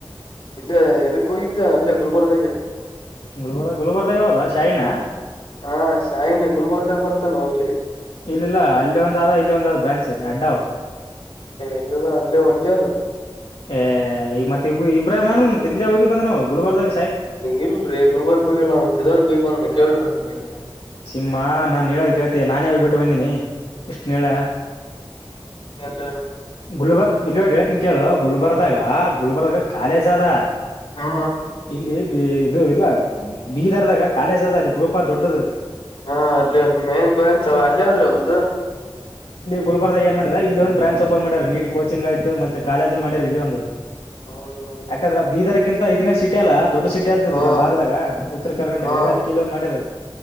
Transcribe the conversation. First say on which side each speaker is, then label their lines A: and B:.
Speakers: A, on the left; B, on the left.
A: ಇಲ್ಲೇ ಎಕ್ಕ ಹೋಗಿದ್ದ ಅಲ್ಲೇ ಗುಲ್ಬರ್ಗದಾಗೆ
B: ಗುಲ್ಬರ್ ಗುಲ್ಬರ್ದಾಗ ಹೋದಾ ಶೈನಾ
A: ಹ ಶಾಯಿನ ಗುಲ್ಬರ್ಗಾಗ ಬರ್ತ ನಲ್ಲಿ
B: ಇಲ್ಲಿಲ್ಲ ಅಲ್ಲಿ ಒಂದಾದ ಇಲ್ಲಿ ಒಂದಾದ ಬ್ರಾಂಚ್ ಅಡ್ಡಾವ
A: ಎರ್ಲ ಅಲ್ಲೇ ಒಂದೇ ಅದ
B: ಏ್ ಮತ್ತೆ ಇಬ್ರಾಹಿ್ ಅನಲ್ ಮತ್ತೆ ಇಲ್ಲೇ ಹೋಗಿ ಬಂದ ನವು ಗುಲಬರ್ದಾಗ
A: ಇಲ್ರಿೀ ಗುಲ್ವಾರ್ ಕೊಯ್ಲ್ಲ ಬರ್ ಕೊಯ್ ಕೇಳ್ರಿ ಅವಿ ಬೈಗರ
B: ಸಿಮ್ಮ ನಾನನ್ ಹೇಳೋದ ಕೇಳ್ತಯ ನಾನೇ ಹೋಗ ಬಿಿಟ್ಟು ಬಂದೀನಿ ಎಷ್ಟು ಹೇಳ
A: ಹ
B: ಗುಲ್ಬರ್ ಇಲ್ಲಿ ಹೇಳ್ತನ ಕೇಳು ಗುಲ್ಬರ್ದಾಗ ಗುಲ್ಬರ್ದಾಗ ಕಾಲೇಜ್ ಅದ
A: ಹಾ
B: ಇಲ್ಲಿ ಬಿ ಇದು ಇಲ್ಲ ಬೀದರ್ದಾಗ ಕಾಲೇಜ್ ಅದ ಅಲ್ಲಿ ಗ್ರೂಪ್ ಅ ದೊಡ್ಡದದು
A: ಹಾ ಅಲ್ಲಿ ಮನ್ನ್ಸ ಅಲ್ಲ ಆದ್ರೂ ಹೌ್ದ
B: ಗುಲ್ಬರ್ದ ಏನ್ ಮಾಡಿದೆ ಇಲ್ಲಿ ಒಂದು್ರಾಚ್ ಓಪನ್ ಮಾಡ್ಯರ್ ನೀಟ್ ಕೋಿಂಗ್ ಆಯತತ್ತ್ತೆ ಕಾಲೇಜನ್ ಮಾಡ್ಯರ್ ಇಲ್ಲಿ ಒಂದು
A: ಹೌದು
B: ಯಾಕಂದ್ರ ಬೀದರ್ಕ್ಕಿಂತ ಇದನ್ನೇ ಸಿಟಿ ಅಲ್ಲಾ ದೊಡ್ ಸಿಟಿ ಆದ್ದು
A: ಹಾ
B: ನಮ್ ಭಾಗ್ದಾಗ ಉತ್ತರ ಕರ್ನಾಟಕದಾಗ
A: ಹಾ
B: ಅದಿ ಇಲ್ವೊ್ ಮಾಡ್ಯಾರ